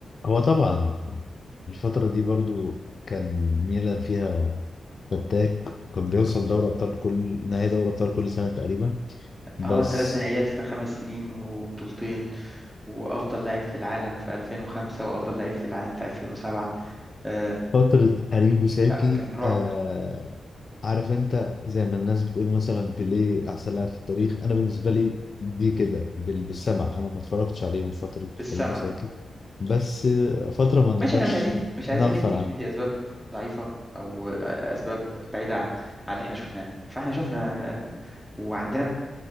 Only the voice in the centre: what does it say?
اه ثلاث نهائيات في خمس سنين وبطولتين وافضل لاعب في العالم في 2005 وافضل لاعب في العالم في 2007 آه
لا كان رعب
بالسمع
ماشي احنا مش عايزين مش عايزين
ندي
ندي اسباب ضعيفة او آه، اسباب بعيدة عن عن اللي احنا شفناه فاحنا شفنا آه، وعندنا